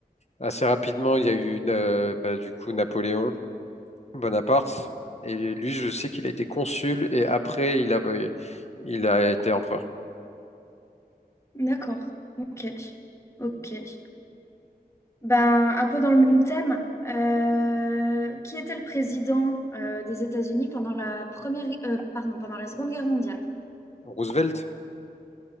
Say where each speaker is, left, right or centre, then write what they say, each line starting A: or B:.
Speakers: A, on the left; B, on the left.
A: assez rapidement, il y a eu euh, bah, du coup Napoléon. Bonaparte. Et lui, je sais qu'il a été consul et après, il a, il a été empereur.
B: D'accord. Ok. Ok. Ben, un peu dans le même thème, euh, qui était le président euh, des États-Unis pendant la première, gue- euh, pardon, pendant la Seconde Guerre mondiale?
A: Roosevelt,